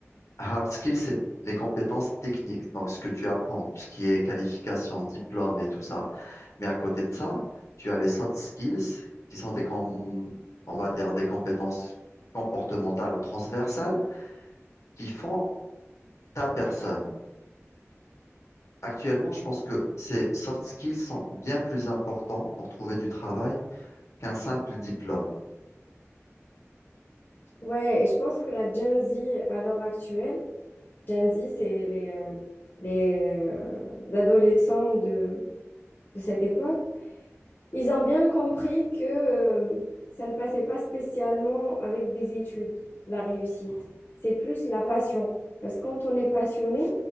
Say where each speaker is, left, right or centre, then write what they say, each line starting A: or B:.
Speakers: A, on the left; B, on the left.
A: Hard skills, c'est les compétences techniques, donc ce que tu apprends, tout ce qui est qualification, diplôme et tout ça. Mais à côté de ça, tu as les soft skills, qui sont des, com- on va dire, des compétences comportementales ou transversales qui font ta personne. Actuellement, je pense que ces soft skills sont bien plus importants pour trouver du travail qu'un simple diplôme.
B: Ouais, et je pense que la Gen Z à l'heure actuelle, Gen Z, c'est les, euh, les euh, adolescents de, de cette époque. Ils ont bien compris que euh, ça ne passait pas spécialement avec des études, la réussite. C'est plus la passion. Parce que quand on est passionné